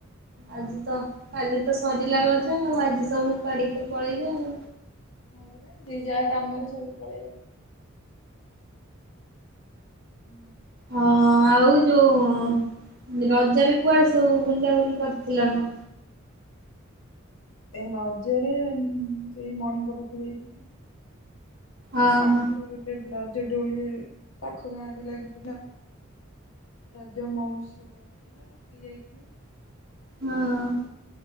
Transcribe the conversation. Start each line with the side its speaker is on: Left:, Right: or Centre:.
Right: ଆଜିତ
Left: ସବୁ
Right: କାଲିତ
Left: କର୍ମମୟ
Right: ସରିଲା ରଜା। ଆଉ ଆଜି ସବୁ କୁଆଡିକେ ପଳେଇବେ ଆଉ।
Left: ହଁ ପୁରା ଯି ଯାହା କାମରେ ସବୁ ପଳେଇ ହୁଁ
Right: ହଁଁ ଆଉ ଯୋଉ ରଜରେ କୁଆଡେ ସବୁ ବୁଲାବୁଲି କରିଥିଲା ନା?
Left: ସେ ନଜରରେ ସେଇ ମଣିଙ୍କ ପାଖେ ଯାଇଥିଲି।
Right: ଅହ
Left: ଆଉ ପାଖରେ ଗୋଟେ ରଜ ଡୋଳିରେ ପାଖ ଗାଁ ରେ ଲାଗିଥିଲା। ରଜ ମହୋତ୍ସବ ହଉଥିଲା ସେଠିକି ଯାଇଥିଲୁ।
Right: ହଁ